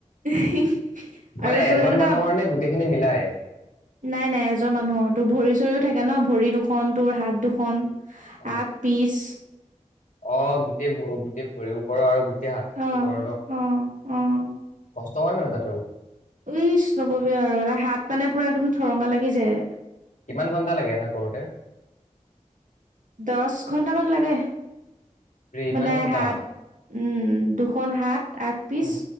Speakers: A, on the right; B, on the left.
A: আৰু
B: মানে
A: তোৰ
B: এজন
A: এনেকুৱা
B: মানুহৰ
A: নাই-নাই
B: নে গোটেইখিনি মিলাই
A: এজন মানুহৰ তো ভৰি চৰিও থাকে ন ভৰি দুখন, তোৰ হাত দুখন,
B: অ
A: আক-পিচ,
B: অ' গোটেই-গোটেই ভৰিৰ ওপৰ আৰু হাতটো
A: আহ-আহ-আহ,
B: কৰ ত হয় মানে তাতেও,
A: ইচ নকবি আৰু হাত মানে পুৰা একদম ঠৰঙা লাগি যায়।
B: কিমান ঘন্টা লাগে। এটা কৰোতে,
A: দহ ঘন্টামান লাগে।
B: ৰে
A: মানে
B: ইমান ঘণ্টা?
A: হাত উম, দুখন হাত, আগ, পিচ
B: উম